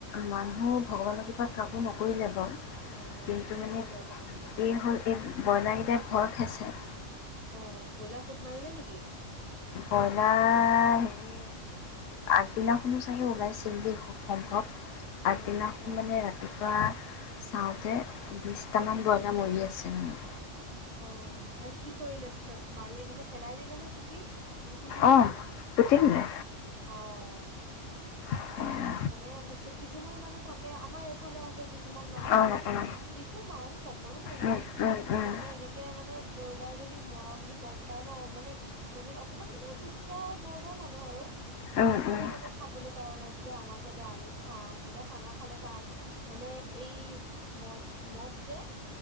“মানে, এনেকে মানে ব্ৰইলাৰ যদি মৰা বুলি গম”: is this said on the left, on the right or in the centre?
Right